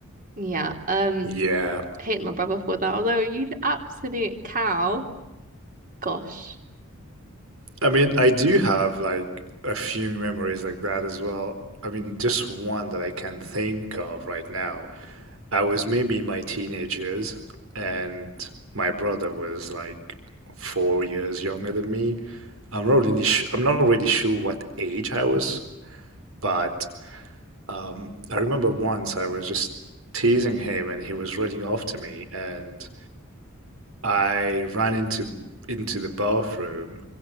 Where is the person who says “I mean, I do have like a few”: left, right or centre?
Right